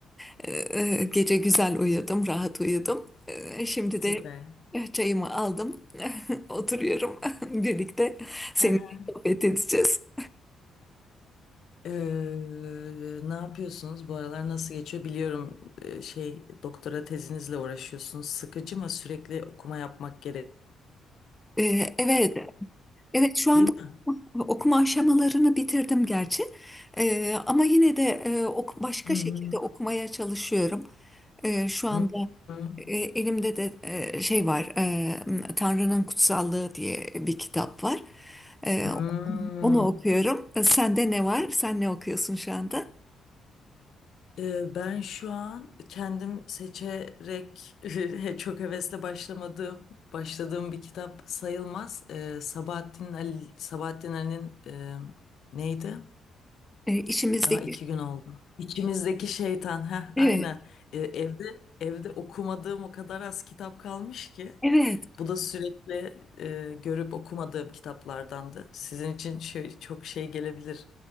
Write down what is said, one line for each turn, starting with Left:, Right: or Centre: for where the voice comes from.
Centre: e, e, gece güzel uyudum, rahat uyudum. E, şimdi
Left: Süper.
Centre: de e, çayımı aldım. <laughs> Oturuyorum <laughs> birlikte. Seninle
Left: Hı hı.
Centre: sohbet edeceğiz.
Left: Ee, ne yapıyorsunuz? Bu aralar nasıl geçiyor? Biliyorum e, şey doktora tezinizle uğraşıyorsunuz. Sıkıcı mı sürekli okuma yapmak gerekiyor?
Centre: E, evet, evet şu anda
Left: Değil mi?
Centre: okuma aşamalarını bitirdim gerçi. E, ama yine de e, ok- başka
Left: Hı hı.
Centre: şekilde okumaya çalışıyorum. E, şu anda
Left: Hı hı.
Centre: E, Elimde de e, şey var, e, Tanrı'nın Kutsallığı diye bir kitap var. E,
Left: Hı.
Centre: Onu okuyorum. E, Sende ne var? Sen ne okuyorsun şu anda?
Left: Ee, Ben şu an kendim seçerek <laughs> çok hevesle başlamadığım başladığım bir kitap sayılmaz. Ee, Sabahattin Ali Sabahattin Ali'nin e, neydi?
Centre: E, İçimizdeki...
Left: Daha iki gün oldu. İçimizdeki şeytan. Heh,
Centre: Evet,
Left: aynen. Ee, evde evde okumadığım o kadar az kitap kalmış ki.
Centre: evet.
Left: Bu da sürekli e, görüp okumadığım kitaplardandı. Sizin için şey, çok şey gelebilir.